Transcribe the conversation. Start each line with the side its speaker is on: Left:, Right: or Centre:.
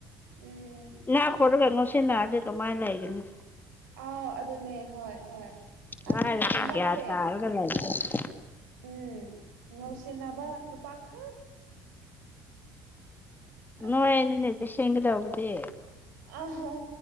Right: ꯎꯝ
Left: ꯏꯅꯥ ꯈꯨꯜꯂꯒ ꯅꯨꯡꯁꯤꯅꯗꯔꯗꯤ ꯀꯃꯥꯏꯟ ꯂꯩꯒꯅꯤ
Right: ꯑꯥ ꯑꯗꯨꯅꯦ ꯍꯣꯏ ꯍꯣꯏ
Left: ꯂꯥꯏꯔꯁꯨ
Right: ꯑꯁ ꯍꯟꯗꯛꯁꯦ
Left: ꯒ꯭ꯌꯥꯟ <unintelligible>
Right: ꯎꯝ ꯅꯨꯡꯁꯤꯅꯕ ꯅꯨꯄꯥ ꯈꯛ ꯑꯗꯨꯅꯦ
Left: ꯅꯣꯏꯅꯤꯅꯦ ꯆꯦꯛꯁꯤꯟꯒꯗꯧꯕꯗꯤ
Right: ꯑꯍꯣ